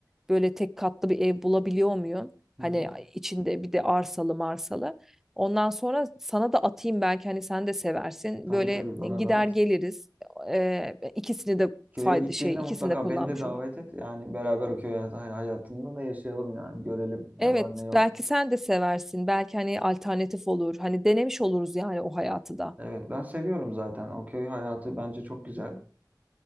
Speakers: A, in the centre; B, on the right.
A: böyle tek katlı bir ev bulabiliyor muyum?
B: Hı
A: Hani
B: hı.
A: içinde bir de arsalı marsalı. Ondan sonra sana da atayım belki hani sen de seversin.
B: Tabii
A: Böyle
B: tabii bana
A: e, gider
B: dağıt.
A: geliriz. Ee, ikisini de
B: Köye
A: fayda
B: gittiğinde
A: şey
B: mutlaka
A: ikisini de kullanmış
B: beni de davet
A: olur.
B: et. Yani beraber o köy hay- hayatında da yaşayalım yani. Görelim ne
A: Evet,
B: var ne yok.
A: belki sen de seversin. Belki hani alternatif olur. Hani denemiş oluruz yani o hayatı da.
B: Evet, ben seviyorum zaten. O köy hayatı bence çok güzel.